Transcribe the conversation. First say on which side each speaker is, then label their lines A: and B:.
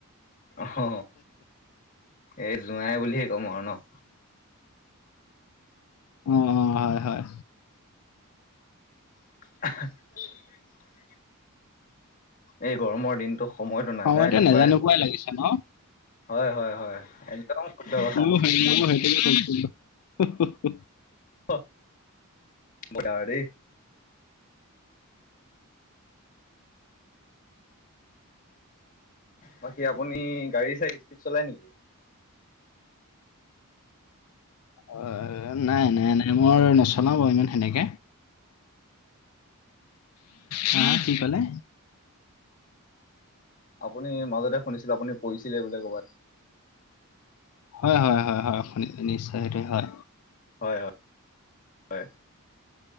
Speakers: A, on the left; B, on the left.
A: অ এই যোঁৱাই বুলিহে ক'ম আৰু ন
B: অ', অ, হয়। হয়।
A: <unintelligible> এই গৰমৰ দিনটো সময়তো নাযায়
B: অ', এইটো
A: নোপায়
B: নেযাই নোপোৱাই লাগিছে ন।
A: হয়। হয়। হয়। একদম শুদ্ধ কথা।
B: ময়ো <unintelligible>
A: <unintelligible> বাকী আপুনি গাড়ী চাড়ী স্পীড চলাই নেকি?
B: অ', নাই। নাই। নাই। মই নচলাও বাৰু ইমান সেনেকে হা', কি কলে
A: আপুনি মাজতে শুনিছিলো। আপুনি পৰিছিলে বোলে ক'ৰবাত?
B: হয়। হয়। হয়। হয়। নিশ্চয় সেইটো হয়।
A: হয়। হয়। হয়।